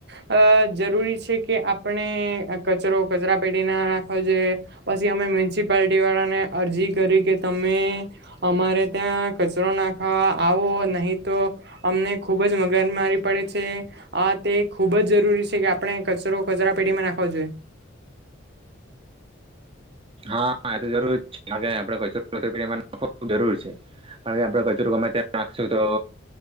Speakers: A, on the right; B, on the right.
A: અ જરૂરી છે કે આપણે કચરો કચરા પેટી ના નાખવો જોઈએ પછી અમે મ્યુનિસિપાલટીવાળાને અરજી કરી કે તમે અમારે ત્યાં કચરો નાખવા આવો નહીં તો અમને ખૂબ જ મગજ મારી પડે છે. હા તે ખુબ જ જરૂરી છે કે આપણે કચરો કચરા પેટીમાં નાખાવો જોઈએ.
B: હા એ તો જરૂર જ છે કારકે આપણે કચરો ખુબ જરૂર છે કારણ કે આપણે કચરો ગમે ત નાખશું તો